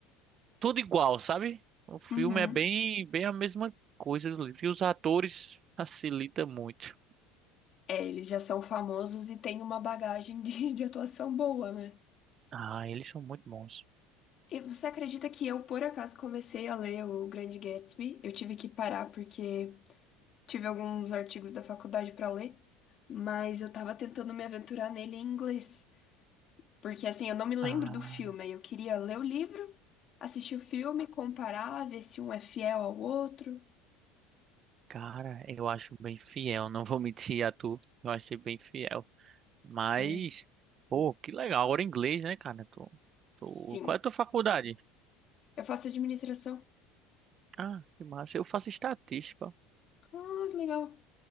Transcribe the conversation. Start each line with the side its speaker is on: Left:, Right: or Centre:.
Right: tudo igual, sabe? O filme
Left: uhum.
Right: é bem, bem a mesma coisa do livro. E os atores facilita muito.
Left: É, eles já são famosos e têm uma bagagem <laughs> de, de atuação boa, né?
Right: Ah, eles são muito bons.
Left: E você acredita que eu, por acaso, comecei a ler o Grande Gatsby? Eu tive que parar porque tive alguns artigos da faculdade pra ler, mas eu tava tentando me aventurar nele em inglês. Porque assim, eu não me lembro
Right: Ah,
Left: do filme, aí eu queria ler o livro, assistir o filme, comparar, ver se um é fiel ao outro.
Right: cara, eu acho bem fiel. Não vou mentir a tu. Eu achei bem fiel. Mas,
Left: É.
Right: pô, que legal. Agora em inglês, né, cara? Tô, tô...
Left: Sim,
Right: Qual é a tua faculdade?
Left: eu faço administração.
Right: Ah, que massa. Eu faço estatística.
Left: Ah, que legal.